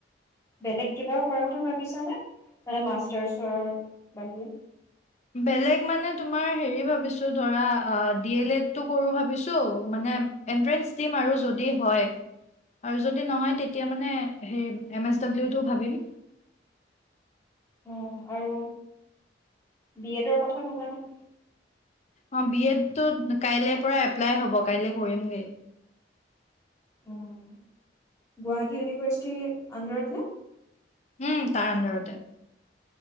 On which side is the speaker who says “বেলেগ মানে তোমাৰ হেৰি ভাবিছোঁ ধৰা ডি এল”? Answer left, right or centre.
Left